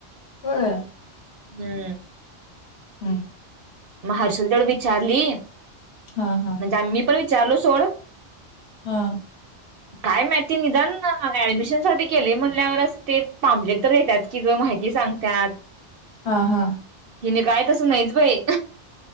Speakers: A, on the left; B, on the right.
A: होय.
B: हम्म.
A: हम्.
B: मग हर्षल तेवढ विचारली म्हणजे
A: हा हा
B: आम्ही पण विचारलं विचारलं सोड.
A: हा.
B: काय माहिती निदान ऍडमिशन साठी गेले म्हणल्यावर अस ते पॅम्प्लेट तर देतात कि गं माहिती सांगतात
A: हा हा.
B: हिने काय तसं नाहीच बाई.